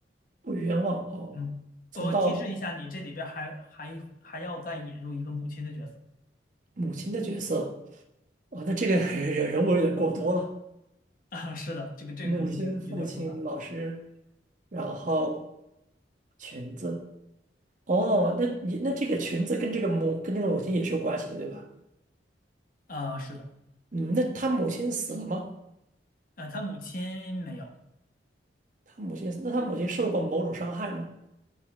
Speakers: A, on the right; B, on the left.
A: 不冤枉？哦，
B: 嗯，
A: 从到
B: 我提示一下你，这里边儿还还还要再引入一个母亲的角色
A: 母亲的角色，哦，那这个 <laughs> 人人物有点过多了，
B: <laughs> 啊。是的，这个这个可能有点有点复杂
A: 母亲、父亲、老师，然后裙子。哦，那你那这个裙子跟这个母跟这个母亲也是有关系的，对吧？
B: 啊。是的，
A: 嗯，那他母亲死了吗？
B: 呃，他母亲没有，
A: 他母亲，那他母亲受过某种伤害吗？